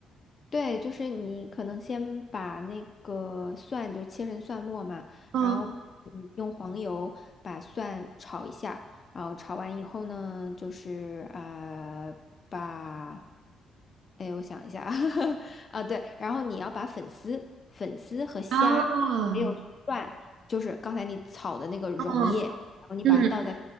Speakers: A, on the left; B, on the right.
A: 对，就是你可能先把那个蒜就切成蒜末嘛，
B: 嗯
A: 然后嗯用黄油把蒜炒一下，然后炒完以后呢，就是呃把，哎我想一下啊，<laughs> 啊对，然后你要把粉丝、粉丝和虾还有蒜，
B: 哦
A: 就是刚才你炒的那个溶液，
B: 哦
A: 然后你把它倒在
B: 嗯